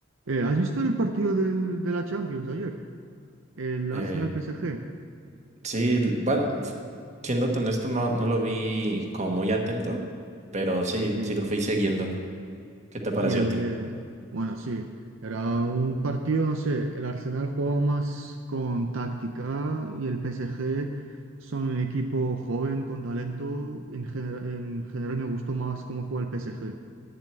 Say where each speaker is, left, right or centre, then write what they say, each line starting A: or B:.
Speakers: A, on the right (about 70°); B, on the right (about 35°).
A: Eh, ¿has visto el partido del- de la Champions ayer? El
B: Eh,
A: Arsenal-PSG.
B: sí, l- bueno, f- siéndote honesto, no, no lo vi como muy atento, pero sí,
A: Sí.
B: sí lo fui siguiendo. ¿Qué te pareció
A: Y el
B: a ti?
A: de... Bueno, sí. Era un partido, no sé, el Arsenal jugaba más con táctica y el PSG son un equipo joven, con talento. En general, en general me gustó más cómo juega el PSG.